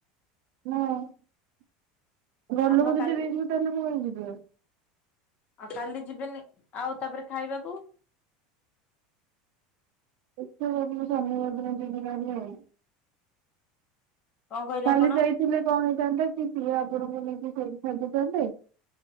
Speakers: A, on the right; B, on the left.
A: ନା <unintelligible>
B: ଆପଣ
A: ଯଦି
B: କାଲି
A: ତାହେଲେ ମୁଁ କାଇଁ ଯିବି ଆଉ।
B: ଆଉ କାଲି ଯିବେନି ଆଉ ତାପରେ ଖାଇବାକୁ? <inaudible> <inaudible>
A: ଏତେ ସବୁ ଜିନିଷ ଶନିବାର ଦିନ ଆଣିବ।
B: କଣ କହିଲେ
A: କାଲି
B: ଆପଣ?
A: ଯାଇଥିଲେ କଣ ହେଇଥାନ୍ତା। କି ସିଏ ଆଗରୁ ନେଇକି ସେଇଠୀ ଖାଜୁଥାନ୍ତେ।